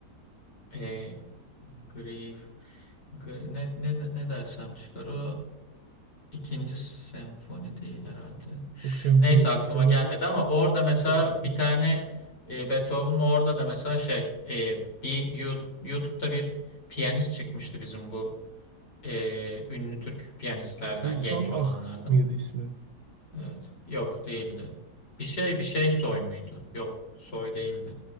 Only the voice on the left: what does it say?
E, Grief. Gri- Ne, ne, ne dersem çıkar o. ikinci senfoni değil herhalde.
Neyse
aklıma
gelmedi
ama orada mesela
bir tane e, Beethoven'ın orada da mesela şey e, bir Yu- YouTube'da bir piyanist çıkmıştı bizim bu e, ünlü Türk piyanistlerden
genç olanlardan.
Evet. Yok değildi. Bir şey bir şey soy muydu? Yok soy değildi.